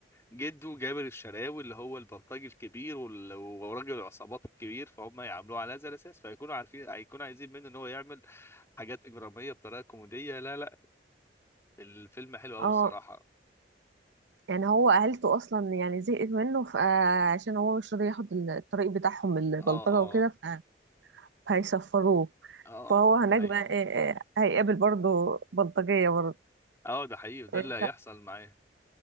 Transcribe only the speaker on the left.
جده جابر الشرقاوي اللي هو البلطجي الكبير وال- وراجل العصابات الكبير فهم يعاملوه على هذا الاساس فيكونوا عارفين هيكونوا عايزين منه ان هو يعمل حاجات اجراميه بطريقه كوميديه لا لا الفيلم حلو قوي
الصراحه
اه اه
اه
ده حقيقي
اه ده حقيقي وده
اللي هيحصل
معاه